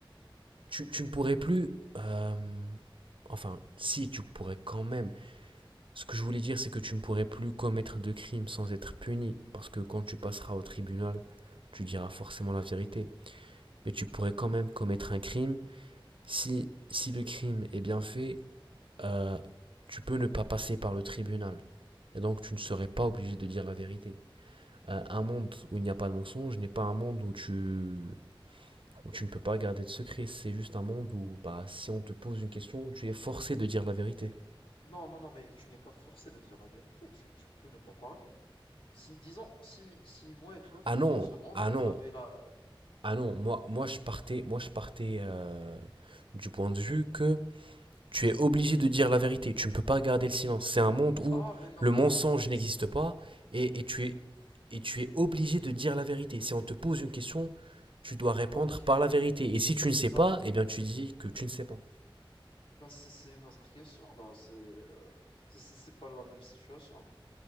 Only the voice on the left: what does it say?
Non, non, non, mais tu n'es pas forcé de dire la vérité, tu, tu peux ne pas parler. Si, disons, si, si moi et toi vivons
dans ce monde
et on
avait la...
Mais,
ah, mais non,
non,
non, mais...
c'est-
Ok,
bah,
bah c'est c'est une autre question, là, c'est euh, c'est c'est- c'est pas la même situation.